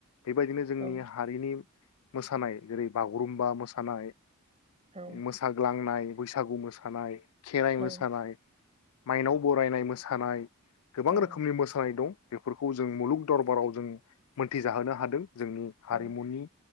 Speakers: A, on the left; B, on the right.
A: बेबायदिनो जोंनि
B: औ
A: हारिनि मोसानाय जेरै बागुरुमबा मोसानाय
B: औ
A: मोसाग्लांनाय बैसागु मोसानाय खेराइ मोसानाय
B: औ
A: माइनाव बरायनाय मोसानाय सानाय गोबां
B: औ
A: रोखोमनि मोसानाय दं बेफोरखौ जों मुलुग दरबाराव जों मोनथिजाहोनो हादों जोंनि हारिमुनि
B: औ